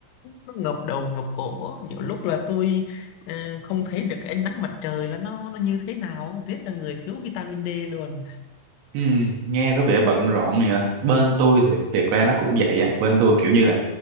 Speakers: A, on the left; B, on the right.
A: nó ngập đầu ngập cổ nhiều lúc là tôi ờ, không thấy được cái ánh nắng mặt trời là nó nó như thế nào rất là người thiếu vitamin D luôn
B: Ừ, nghe có vẻ bận rộn nhỉ. Bên tôi thì thiệt ra nó cũng vậy á. Bên tôi kiểu như là